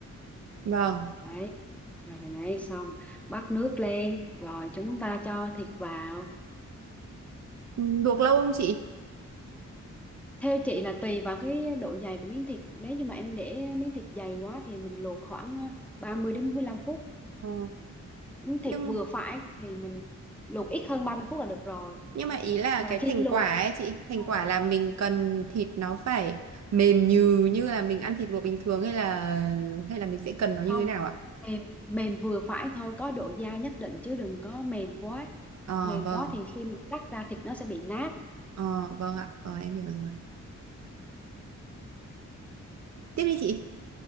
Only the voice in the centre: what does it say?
đấy rồi là nhảy xong bắt nước lên rồi chúng ta cho thịt vào
Theo chị là tùy vào cái độ dày của miếng thịt. Nếu như mà em để miếng thịt dày quá thì mình luộc khoảng ờ, 30 đến 45 phút.
Miếng thịt
vừa phải thì mình luộc ít hơn 30 phút là được rồi.
Và
khi
luộc
thôi
không
mềm mềm vừa phải thôi, có độ dai nhất định chứ đừng có mềm quá.
Mềm
quá thì khi mình cắt ra thịt nó sẽ bị nát.